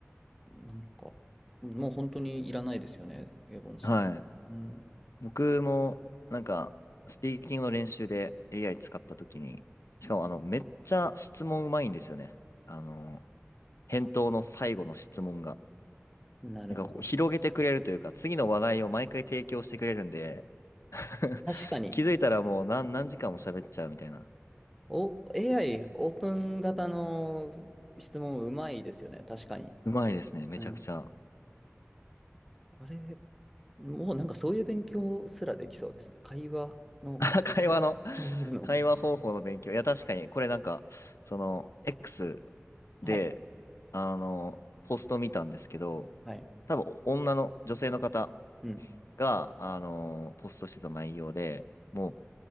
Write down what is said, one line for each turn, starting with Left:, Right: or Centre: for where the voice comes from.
Centre: なんか、もう本当にいらないですよね、英語の先生。
Left: はい。
Centre: うん。
Left: 僕も、なんか、スピーキングの練習で AI 使った時に、しかも、あの、めっちゃ質問うまいんですよね。あの、返答の最後の質問が。
Centre: あ、なるほど。
Left: なんか、こう広げてくれるというか、次の話題を毎回提供してくれるんで、<laughs>
Centre: 確かに、
Left: 気づいたらもう何、何時間も喋っちゃうみたいな。
Centre: お、AI、オープン型の質問うまいですよね、確かに。
Left: うまいですね。めちゃくちゃ。
Centre: うん。あれ、もうなんかそういう勉強すらできそうですね。会話の、
Left: <laughs>
Centre: <laughs>
Left: 会話の、
Centre: あ絞るの。
Left: 会話方法の勉強。いや、確かに、これなんか、その、X で、
Centre: はい、
Left: あの、ポスト見たんですけど、
Centre: はい。
Left: 多分、女の、女性の方
Centre: うん。
Left: が、あの、ポストしてた内容で、もう、